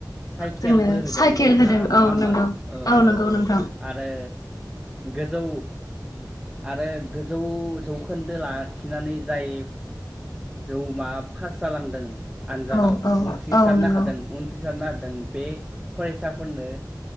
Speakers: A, in the centre; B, on the left (about 55°).
A: साइक
B: जोंनो
A: केलबो होदों
B: साइकेल
A: सोरखारा
B: होदों
A: नङा
B: औ
A: होमबा
B: नंगौ
A: औ औ औ
B: नंगौ नोंथां
A: आरो गोजौ आरो गो जौ जौखोन्दो लाखिनानै जाय जौ माब पास जालांदों आनजादाव
B: औ औ
A: उन्थ्रिसारनो
B: औ नंगौ
A: हादों उन्थ्रिसारनो हादों बे फरायसाफोरनो